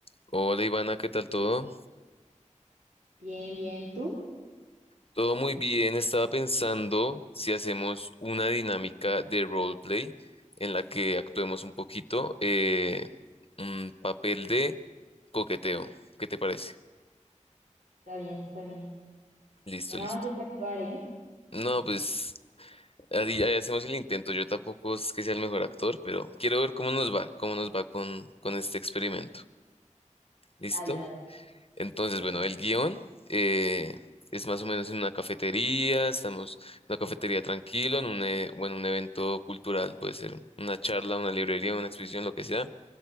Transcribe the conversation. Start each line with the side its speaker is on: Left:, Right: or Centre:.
Left: Hola Ivana, ¿qué tal todo?
Right: Bien, bien, ¿tú?
Left: Todo muy bien, estaba pensando si hacemos una dinámica de roleplay en la que actuemos un poquito eh, un papel de coqueteo. ¿Qué te parece?
Right: Está bien, está bien.
Left: Listo,
Right: Pero
Left: listo.
Right: nada más es actuar, ¿eh?
Left: No, pues ahí, ahí hacemos el intento. Yo tampoco es que sea el mejor actor, pero quiero ver cómo nos va, cómo nos va con, con este experimento. ¿Listo?
Right: Dale, dale.
Left: Entonces,
Right: Sí.
Left: bueno, el guión eh, es más o menos en una cafetería, estamos en una cafetería tranquilo, en un, e- bueno, un evento cultural, puede ser una charla, una librería, una exposición, lo que sea,